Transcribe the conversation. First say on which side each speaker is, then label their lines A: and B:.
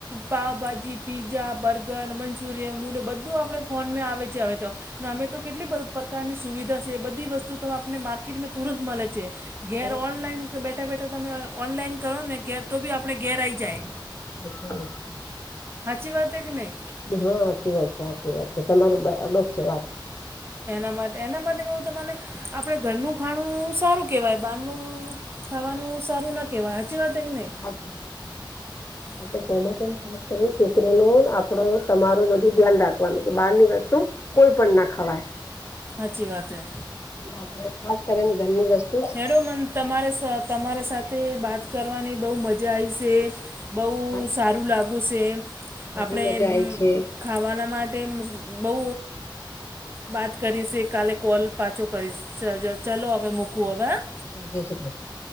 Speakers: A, on the right (about 30°); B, on the left (about 35°).
A: Pav bhaji pizza burger Manchurian noodle બધું આપણેે ફોનમાં આવે છે હવે તો. અમે તો કેટલી પ્રકારની સુવિધા છે બધી વસ્તુ તો આપને માર્કેટમાં તુરંત મળે છે. ઘેર
B: હમ
A: ઓનલાઈન બેઠા બેઠા તમે ઓનલાઈન કરો ને ઘેર તો બી આપણે ઘેર આ આવી જાય.
B: <unintelligible>
A: હાચી વાતે કે નઇ.
B: હા સાચી વાત છે સાચી વાત છે તમારી બરાબર છે વાત છે.
A: એના માટે એના માટે બવું તમાને આપણે ઘરનું ખાણું સારું કેહેવાય બારનું. ખાવાનું સારું ના કહેવાય સાચી વાત કે નહીં.
B: એ <unintelligible>
A: <unintelligible>
B: આપડણે સોમ પણ ખાસ કરીને છોકરો નો આપડો તમારું બધું ધ્યાન રાખવાનું કે બહાર ની વસ્તુ. કોઈ પણ ના ખવાય.
A: અચછી વાત હૈ.
B: બબ ખાસ કરીને ઘરની વસ્તુ.
A: મેડ મન તમારે તમારા સાથે વાત કરવાની બહુ મજા આવી છે. બહુ
B: જ
A: સારું લાગ્યું છે
B: ઘણી
A: આપણે.
B: મજા આઈ છે
A: ખાવાના માટે બહુ વાત કરી છે કાલે કોલ. પાછો કરીશ ચલો હવે મૂકવું હવે હા.
B: હા જય શ્રી કૃષ્ણ.